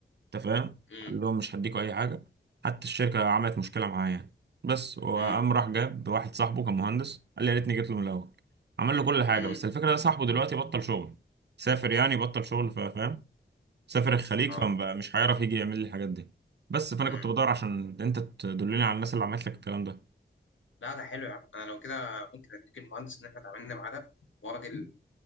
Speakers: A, on the right (about 60°); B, on the left (about 85°).
A: انت فاهم
B: امم
A: قال لهم مش هديكوا اي حاجه حتى الشركه عملت مشكله معاه يعني بس وقام
B: امم
A: راح جاب واحد صاحبه كان مهندس قال لي يا ريتني جيت له من الاول عمل له كل حاجه
B: امم
A: بس الفكره ده صاحبه دلوقتي بطل شغل سافر يعني بطل شغل ف- فاهم سافر الخليج
B: اه
A: فمش هيعرف يجي يعمل لي الحاجات دي بس فانا
B: امم
A: كنت بدور عشان انت تدلني على الناس اللي عملت لك الكلام ده
B: لا ده حلو يا عم انا لو كده ممكن اديك المهندس ان احنا اتعاملنا معاه ده وراجل